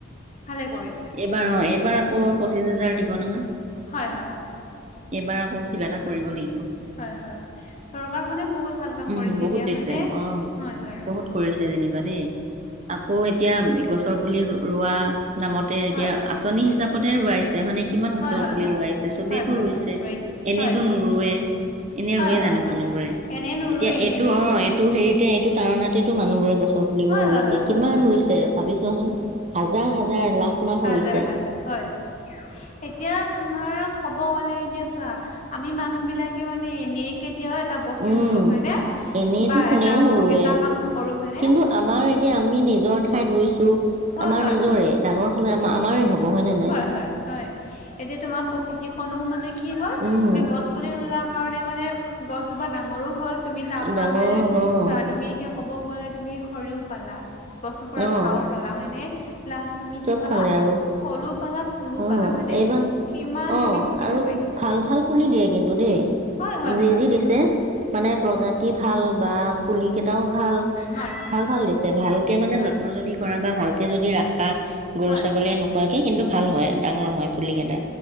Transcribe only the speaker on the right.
এইবাৰ অ এইবাৰ আকৌ পঁচিশ হাজাৰ দিব নহয়?
এইবাৰ আকৌ কিবা এটা কৰিব লাগিব ।
উম
বহুত
দিছে
অ
বহুত কৰিছে যেনিবা দেই আকৌ এতিয়া গছ ৰ বুলি ৰোৱা নামতে এতিয়া
আঁচনি হিচাপতে ৰুৱাইছে ছে হয়নে কিমান
গছৰ
পুলি
ৰোৱাইছে চবেইেতো
ৰুইছে
এনেইতো
নোৰুৱে । এনেই
ৰোৱে
জানো
মানুহবোৰে
এতিয়া
এইটো অ এইটো হেৰি এইটো তাৰণতেটো মানুহবোৰে গছ ৰ পুলিবোৰ
ৰুইছে
কিমান
ৰুইছে
ভাবিছোৱাচোন হাজাৰ হাজাৰ লাখ লাখ
ৰুইছে
উম
এনেইতো
কোনেও
নোৰোৱে
কিন্তু আমাৰ এতিয়া আমি নিজৰ ঠাইত ৰুইছো
আমাৰ নিজৰে ডাঙৰ হলে আমাৰ আমাৰ হ'ব হয় নে নাই
উম
ডাঙৰো
হ'ব অ
অ',
চব
ফালে আৰু
অ',
এইবাৰ,
অ,
আৰু
ভাল-ভাল পুলি দিয়ে কিন্তু দে।
যি
যি দিছে, মানে প্ৰজাতি ভাল বা পুলিকেইটাও ভাল,
ভাল-ভাল দিছে, ভালকে মানে
যত্ন
যদি কৰা বা ভাল কে যদি ৰাখা, গৰু
ছাগলীয়ে
নোখুৱাকে কিন্তু ভাল হয় ডাঙৰ হয় পুলি কেইটা,